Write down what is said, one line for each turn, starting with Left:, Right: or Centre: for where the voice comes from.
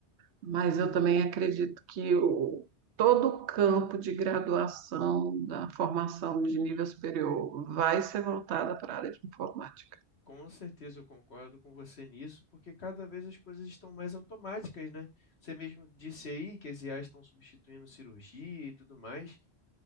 Right: mas eu também acredito que o, todo o campo de graduação da formação de nível superior vai ser voltada para a área de informática.
Left: Com certeza eu concordo com você nisso, porque cada vez as coisas estão mais automáticas, né? Você mesmo disse aí que as IAs estão substituindo cirurgia e tudo mais.